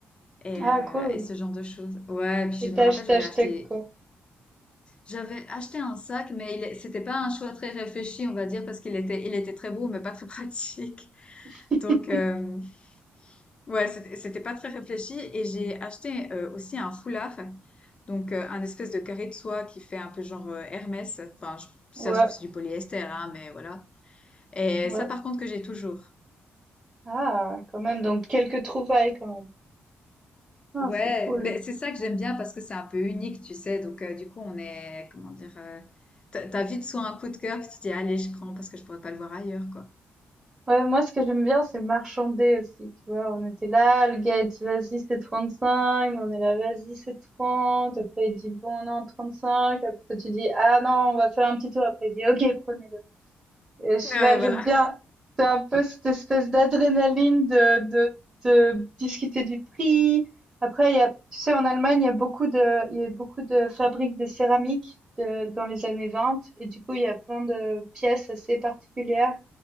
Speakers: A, on the left; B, on the right.
A: Et,
B: Ah
A: euh,
B: cool
A: et ce genre de choses. Ouais, puis je
B: et
A: me
B: tu as
A: rappelle,
B: ach
A: j'avais
B: acheté
A: acheté,
B: quoi?
A: j'avais acheté un sac, mais il, est- c'était pas un choix très réfléchi, on va dire, parce qu'il était, il était très beau, mais pas très <laughs> pratique.
B: <laughs>
A: Donc, euh, ouais, c'était c'était pas très réfléchi. Et j'ai acheté euh, aussi un foulard, donc euh, un espèce de carré de soie qui fait un peu genre euh, Hermès. Enfin, je, si
B: Ouais,
A: ça se trouve, c'est du polyester, hein, mais voilà. Et
B: ouais.
A: ça, par contre, que j'ai toujours.
B: Ah quand même, donc quelques trouvailles quand même. Ah,
A: Ouais,
B: c'est cool.
A: mais c'est ça que j'aime bien parce que c'est un peu unique, tu sais. Donc, euh, du coup, on est, comment dire, euh, t'as t'as vite soit un coup de cœur, puis tu te dis, allez, je prends parce que je pourrais pas le voir ailleurs, quoi.
B: Ouais, moi, ce que j'aime bien, c'est marchander aussi, tu vois. On était là, le gars a dit, vas-y, c'est 35. Nous, on est là, vas-y, c'est 30. Après, il dit, bon, non, 35. Après, toi, tu dis, ah non, on va faire un petit tour. Après, il dit, ok, prenez-le. Et je sais
A: Ouais,
B: pas,
A: voilà.
B: j'aime bien. C'est un peu cette espèce d'adrénaline de, de, de discuter du prix. Après, il y a, tu sais, en Allemagne, il y a beaucoup de, il y a beaucoup de fabriques de céramique de- dans les années 20. Et du coup, il y a plein de pièces assez particulières